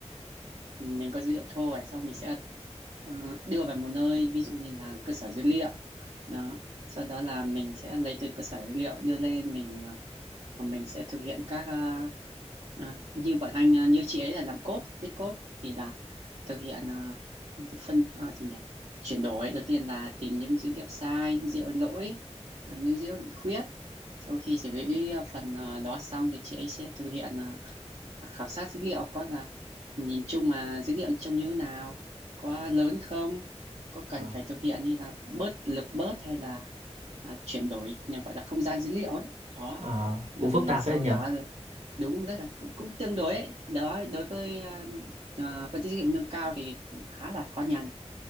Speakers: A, on the right; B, on the right.
A: mình có dữ liệu thô này xong mình sẽ ờ, đưa về một nơi ví dụ như là cơ sở dữ liệu đó sau đó là mình sẽ lấy từ cơ sở dữ liệu đưa lên mình ờ, mình sẽ thực hiện các ờ, ờ, như bọn anh ờ, như chị ấy là làm code viết code thì là thực hiện ờ, phân ờ, gì nhỉ chuyển đổi đầu tiên là tìm những dữ liệu sai những dữ liệu lỗi ờ, những dữ liệu bị khuyết sau khi xử lý ờ, phần ờ, đó xong thì chị ấy sẽ thực hiện ờ, khảo sát dữ liệu có là nhìn chung mà dữ liệu trông như thế nào có lớn không có cần
B: ờ,
A: phải thực hiện như là bớt lực bớt hay là à, chuyển đổi nhà gọi là không gian dữ liệu ấy đó
B: ờ,
A: rồi
B: cũng phức tạp
A: sau
B: phải anh nhờ.
A: đó đúng rất là cũng, cũng tương đối ấy. đó đối với à, à, phân tích dữ liệu nâng cao thì cũng khá là khó nhằn